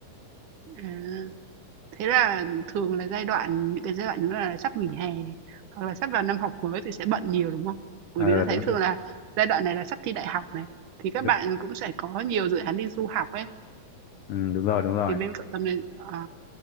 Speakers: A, on the right; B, on the left.
A: À, Thế là thường là giai đoạn những cái giai đoạn như là sắp nghỉ hè hoặc là sắp vào năm học mới thì sẽ bận nhiều, đúng không? Bởi
B: ờ
A: vì tớ
B: đúng,
A: thấy
B: đúng,
A: thường là giai đoạn này là sắp thi đại học này, thì các
B: đúng,
A: bạn cũng sẽ có nhiều dự án đi du học ấy,
B: ừ, đúng rồi đúng rồi
A: thì bên cậu Tâm này, ờ,